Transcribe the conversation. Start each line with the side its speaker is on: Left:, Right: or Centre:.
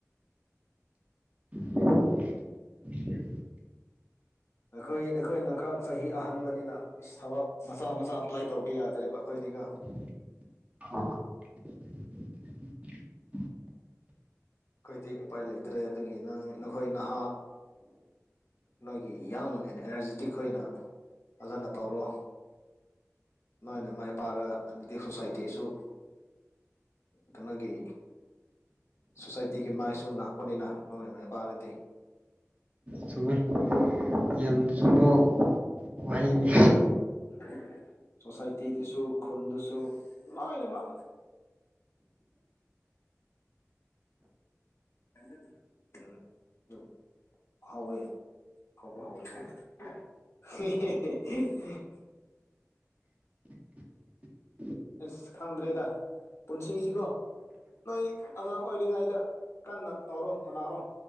Right: <inaudible>
Left: ꯑꯩꯈꯣꯏ ꯑꯩꯈꯣꯏꯅ ꯈꯔ ꯆꯍꯤ ꯑꯍꯟꯕꯅꯤꯅ ꯊꯕꯛ ꯃꯆꯥ ꯃꯆꯥ ꯑꯄ꯭ꯂꯥꯏ ꯇꯧꯕ ꯌꯥꯗ꯭ꯔꯦꯕ ꯑꯩꯈꯣꯏꯗꯤ ꯀꯣ
Right: ꯑꯣ
Left: ꯑꯩꯈꯣꯏꯗꯤ ꯎꯄꯥꯏ ꯂꯩꯇ꯭ꯔꯦ ꯑꯗꯨꯒꯤ ꯅꯪ ꯅꯈꯣꯏ ꯅꯍꯥ ꯅꯣꯏꯒꯤ ꯌꯪ ꯑꯦꯟ ꯑꯦꯅꯔꯖꯦꯇꯤꯛ ꯈꯣꯏꯅ ꯐꯖꯅ ꯇꯧꯔꯣ ꯅꯣꯏꯅ ꯃꯥꯏ ꯄꯥꯛꯔ ꯑꯗꯨꯗꯤ ꯁꯣꯁꯥꯏꯇꯤꯁꯨ ꯀꯩꯅꯣꯒꯤ ꯁꯣꯁꯥꯏꯇꯤꯒꯤ ꯃꯥꯏꯁꯨ ꯉꯥꯛꯄꯅꯤꯅ ꯅꯣꯏꯅ ꯃꯥꯏꯄꯥꯛꯔꯥꯗꯤ
Right: ꯆꯨꯝꯃꯦ ꯌꯥꯝ ꯆꯨꯝꯕ ꯋꯥꯍꯩꯅꯤ
Left: ꯎꯝ ꯁꯣꯁꯥꯏꯇꯤꯗꯨꯁꯨ ꯈꯨꯟꯗꯨꯁꯨ ꯂꯣꯏꯅꯃꯛ <unintelligible> ꯍꯧꯋꯦ ꯍꯧꯕ <unintelligible> <unintelligible>
Right: <inaudible>
Left: ꯑꯁ ꯈꯪꯗ꯭ꯔꯦꯗ ꯄꯨꯟꯁꯤꯁꯤꯀꯣ ꯅꯣꯏ ꯑꯉꯥꯡ ꯑꯣꯏꯔꯤꯉꯩꯗ ꯀꯟꯅ ꯇꯧꯔꯣ ꯍꯣꯠꯅꯔꯣ